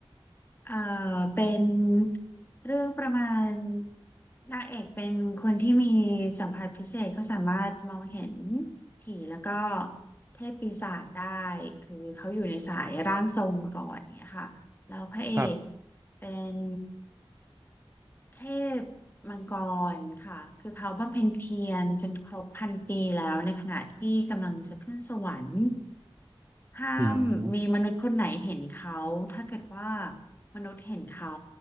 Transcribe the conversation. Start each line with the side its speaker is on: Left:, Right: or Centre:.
Left: เอ่อเป็นเรื่องประมาณนางเอกเป็นคนที่มีสัมผัสพิเศษเขาสามารถมองเห็นผีแล้วก็เทพปีศาจได้คือเขาอยู่ในสายร่างทรงมาก่อนเนี่ยค่ะแล้วพระเอก
Right: ครับ
Left: เป็นเทพมังกรค่ะคือเขาบำเพ็ญเพียรจนครบพันปีแล้วในขณะที่กำลังจะขึ้นสวรรค์ ถ้า
Right: อืม
Left: มีมนุษย์คนไหนเห็นเขาถ้าเกิดว่ามนุษย์เห็นเขา